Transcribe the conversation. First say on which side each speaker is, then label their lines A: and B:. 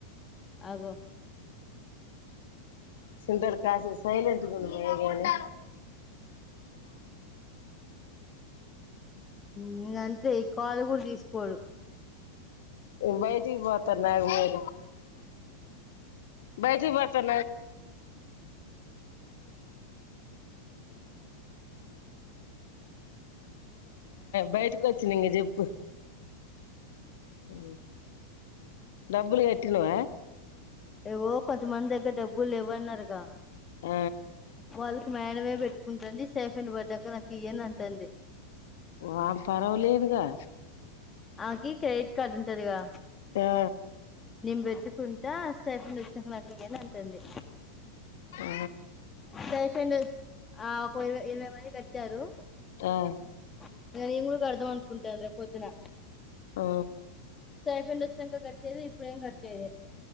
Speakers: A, on the left; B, on the left.
A: ఆగో
B: సుందర్కాసి సైలెంట్ గా ఉండు
A: నేన అంతే ఇ కాళ్లు కూడా తీసుకోడు
B: బై బయటికి పోత ఆగు మరి బయటికి పోతుా బయటకి వచ్చి చెప్పు ఆ డబ్బులు కట్టి నావ
A: ఏగో కొంతమంది దగ్గర డబ్బులు ఇవ్వన్నారుగా
B: ఆ
A: వాళ్ళకి మేనమే పెట్టుకుంటుంది సైఫెం పడ్డాక నాకు ఇయ్యాను అంటుంది
B: వా పర్వలేదుగా
A: ఆకి క్రెడిట్ కార్డు ఉంటదిగా
B: ఆ
A: నేను బిడ్డుకుంటా స్ైపుంది వచ్చినట్టు నాకు ఇయ్యాను అంటుంది
B: ఆ
A: సేఫ ఆ <unintelligible> ఇరవై మంది కట్టారు
B: ఆ
A: ఇంకా నేను కూడా కడుదాం అనుకుంటున్న రేపు పొద్దునా
B: ఆ
A: <unintelligible> కట్టేది ఇప్పుడేం కట్టేది